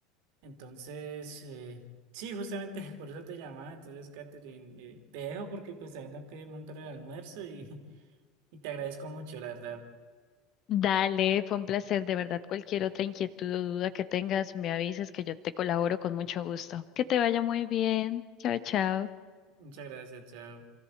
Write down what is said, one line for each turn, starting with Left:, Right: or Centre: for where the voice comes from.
Right: Entonces, eh, sí, justamente <laughs> por eso te llamaba. Entonces, Catherine, eh, te dejo porque pues también tengo que montar el almuerzo y, <laughs> y te agradezco mucho, la verdad.
Left: Dale, fue un placer, de verdad. Cualquier otra inquietud o duda que tengas, me avisas que yo te colaboro con mucho gusto. Que te vaya muy bien. Chao, chao.
Right: Muchas gracias, chao.